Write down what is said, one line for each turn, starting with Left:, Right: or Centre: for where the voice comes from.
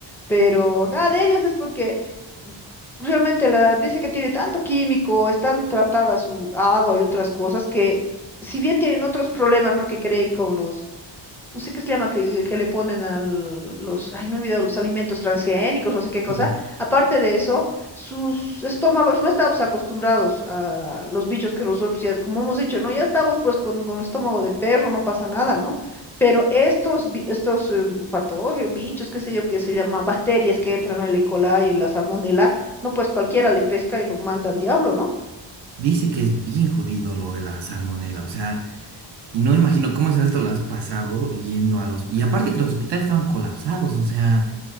Centre: pero nada de ellos es porque realmente la, dice que tiene tanto químico, están tratadas su agua y otras cosas que si bien tienen otros problemas, ¿no? que creen con los no sé qué se llama, que, que le ponen a los, ay, me he olvidado, los alimentos transgénicos, no sé qué cosa.
Right: Sí.
Centre: Aparte de eso, sus estómagos no estábamos acostumbrados a los bichos que nosotros, ya, como hemos dicho, ¿no? Ya estábamos pues con, con estómago de perro, no pasa nada, ¿no? Pero estos, bi- estos eh, patógenos, bichos, qué sé yo, que se llaman bacterias que entran, ¿no? El E. coli, y la salmonela, no, pues cualquiera le pesca y lo manda al diablo, ¿no?
Right: Dice que es bien jodido lo de la salmonela, o sea, y no imagino cómo es rato lo has pasado yendo a los... Y aparte que los hospitales estaban colapsados, o sea,